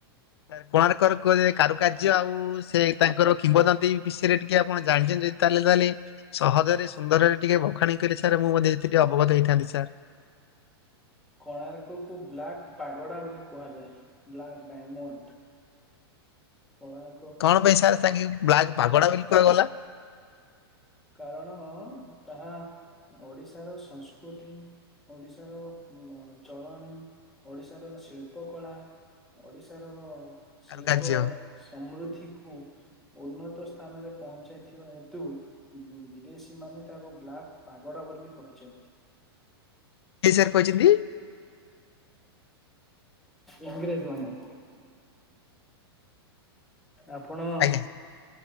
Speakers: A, on the left; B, in the centre.
A: ସାରେ କୋଣାର୍କର କୁହାଯାଏ କାରୁକାର୍ଯ୍ୟ ଆଉ ସେ ତାଙ୍କର କିମ୍ବଦନ୍ତୀ ବିଷୟରେ ଟିକେ ଆପଣ ଜାଣିଚନ୍ତି ଯଦି ତାହେଲେ ତାହେଲେ ସହଜରେ ସୁନ୍ଦରରେ ଟିକେ ବଖାଣି କରି ସାର୍ ମୁଁ ମଧ୍ୟ ସେତିକ ଟିକେ ଅବଗତ ହେଇଥାନ୍ତି ସାର୍।
B: କୋଣାର୍କ କ ବ୍ଲାକ୍ ପାଗଡ଼ା ବୋଲି କୁହାଯାଏ ବ୍ଲାକ୍ ଡାଇମଣ୍ଡ। କଳା
A: କଣ ପାଇଁ ସାର୍ ସାଙ୍ଗେ ବ୍ଲାକ୍ ପାଗଡା ବିଲ କୁଆ ଗଲା।
B: କାରଣ ତାହା ଓଡ଼ିଶାର ସଂସ୍କୃତି, ଓଡିଶାର ଚଳଣି, ଓଡିଶାର ଶିଳ୍ପ କଳା ଓଡିଶାର
A: କାରୁକାର୍ଯ୍ୟ
B: ଶିଳ୍ପ ସମୃଦ୍ଧିକୁ ଉନ୍ନତ ସ୍ଥାନରେ ପହଞ୍ଚାଇଥିବା ହେତୁ ବିଦେଶୀ ମାନେ ତାକୁ ବ୍ଲାକ୍ ପାଗଡା ବୋଲି କହିଛନ୍ତି।
A: କିଏ ସାର୍ କହିଛନ୍ତି?
B: ଇଂଗ୍ରୋଜ୍ ମାନେ। ଆପଣ
A: ଆଜ୍ଞା